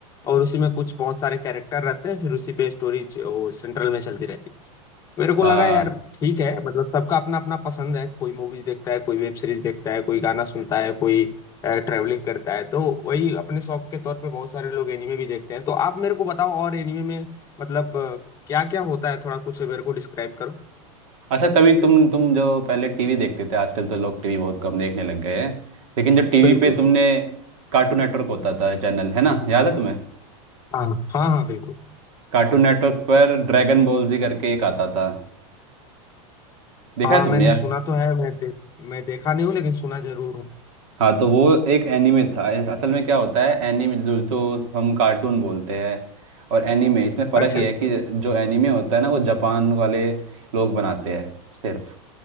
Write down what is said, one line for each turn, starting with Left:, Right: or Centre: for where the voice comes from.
Left: और उसी में कुछ बहुत सारे कैरेक्टर रहते हैं फिर उसी पे स्टोरीज सेंट्रल में चलती रहती है मेरे को
Right: हाँ
Left: लगा यार ठीक है मतलब सबका अपना अपना पसंद है कोई मूवीज देखता है कोई वेब सीरीज देखता है कोई गाना सुनता है कोई ट्रैवलिंग करता है तो वही अपने शौक के तौर पे बहुत सारे लोग एनिमे भी देखते हैं तो आप मेरे को बताओ और एनिमे में मतलब क्या क्या होता है थोड़ा कुछ मेरे को डिस्क्राइब करो
Right: अच्छा कभी तुम तुम जो पहले टीवी देखते थे आजकल तो लोग टीवी बहुत कम देखने लग गए हैं लेकिन जो टीवी
Left: बिल्कुल
Right: पे तुमने कार्टून नेटवर्क होता था चैनल है ना याद है तुम्हें
Left: हाँ हाँ हाँ बिल्कुल
Right: कार्टून नेटवर्क पर ड्रैगन बॉल जी करके एक आता था देखा
Left: हाँ
Right: है तुमने
Left: मैंने
Right: यार
Left: सुना तो है मैं दे, मैं देखा नहीं हूँ लेकिन सुना जरूर हूँ
Right: हाँ तो वो एक एनीमे था इस- असल में क्या होता है एनीमे जो तो हम कार्टून बोलते हैं और एनीमे इसमें फ़र्क
Left: अच्छा
Right: ये है कि जो एनीमे होता है ना वो जापान वाले लोग बनाते हैं सिर्फ